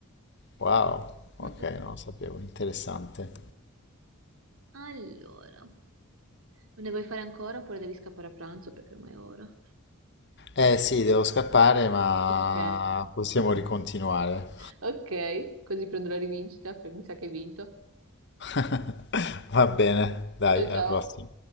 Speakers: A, on the left (about 50°); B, on the right (about 75°).
A: wow, ok,
B: Mm, mm.
A: non lo sapevo, interessante.
B: Allora, ne vuoi fare ancora oppure devi scappare a pranzo perché ormai è ora?
A: Eh sì, devo scappare, ma
B: Ok,
A: possiamo ricontinuare.
B: ok, così prendo la rivincita perché mi sa che hai vinto.
A: <laughs> Va bene, dai,
B: Ciao
A: alla
B: ciao.
A: prossima.